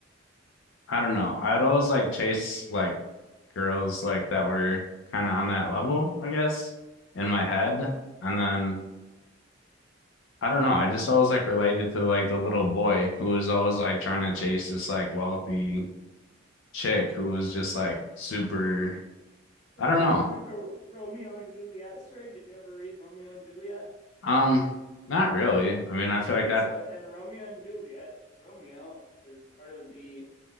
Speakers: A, on the left; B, on the left.
A: I don't know. I'd always like chase like girls like that were kind of on that level, I guess, in my head. And then I don't know. I just always like related to like the little boy who was always like trying to chase this like wealthy chick who was just like super.
B: It's
A: I don't know.
B: kind of like a Romeo and Juliet story. Did you ever read Romeo and Juliet?
A: Um, not really. I mean, I feel
B: Okay,
A: like that
B: so in Romeo and Juliet, Romeo is part of the